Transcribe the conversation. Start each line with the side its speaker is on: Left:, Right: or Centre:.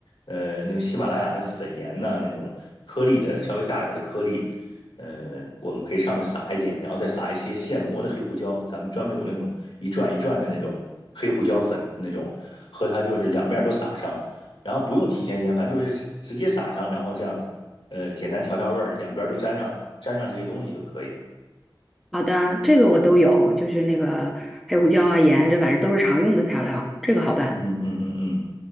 Left: 呃那个喜马拉雅那个粉盐呐，那种颗粒的稍微大点儿的颗粒，呃，我们可以上面撒一点，然后再撒一些现磨的黑胡椒，咱们专门有那种一转一转的那种黑胡椒粉那种，和它就是两面儿都撒上。然后不用提前腌，反正就是直接撒上，然后这样呃，简单调调味儿，两边都沾上沾上这些东西就可以。
Centre: 好的，这个我都有，就是那个黑胡椒啊、盐啊，这反正都是常用的材料，这个好办。
Left: 嗯嗯嗯嗯。